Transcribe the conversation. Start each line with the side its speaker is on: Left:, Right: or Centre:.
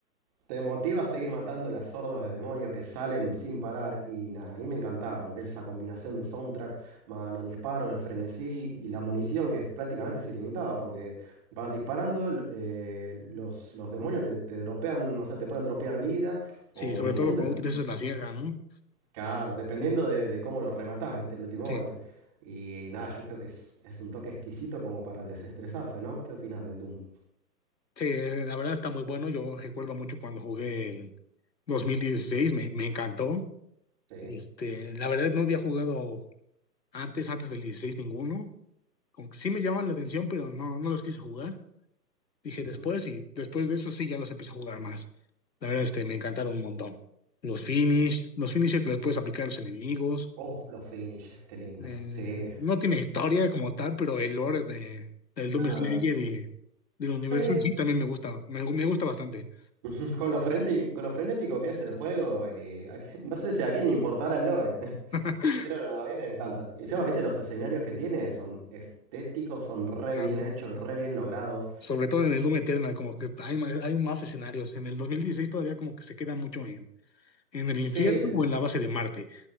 Right: Te motiva a seguir matando las hordas de demonios que salen sin parar y nada, a mí me encantaba lo que es esa combinación de soundtrack, más los disparos, el frenesí y la munición que es prácticamente es ilimitada porque vas disparando, l- eh, los, los demonios te, te dropean, o sea, te pueden dropear vida
Left: Sí,
Right: o munición,
Left: sobre todo cuando
Right: dep-
Left: utilizas la sierra, ¿no?
Right: claro, dependiendo de, de cómo lo rematás, viste, el último
Left: Sí.
Right: golpe. Y nada, yo creo que es, es un toque exquisito como para desestresarse, ¿no? ¿Qué opinas del Doom?
Left: Sí, eh, la verdad está muy bueno. Yo recuerdo mucho cuando jugué el 2016, me, me encantó.
Right: Sí.
Left: Este, la verdad no había jugado antes, antes del 16 ninguno. Como que sí me llamaban la atención, pero no, no los quise jugar. Dije
Right: Ujú.
Left: después y después de eso sí ya los empecé a jugar más. La verdad, este, me encantaron un montón. Los finish,
Right: Eh,
Left: los finishers que les puedes aplicar a los enemigos.
Right: Oh, los finishes, qué lindo.
Left: Eh,
Right: Sí.
Left: no tiene historia como tal, pero el lore de, del Doom
Right: Ah,
Left: Slayer y del universo
Right: sí.
Left: en sí también me gusta, me, me gusta bastante.
Right: <laughs> Con lo frenti- con lo frenético que es el juego, y a que- <laughs> no sé si a quién le importara el lore. <laughs>
Left: <laughs>
Right: Pero no, a mí me encanta. Y encima, viste, los escenarios que tiene son estéticos, son re
Left: Ah,
Right: bien hechos, re bien logrados.
Left: Sobre todo en el Doom Eternal, como que hay, ma- hay más escenarios. En el 2016 todavía como que se queda mucho en, en el infierno
Right: Sí, sí.
Left: o
Right: sí.
Left: en la base de Marte.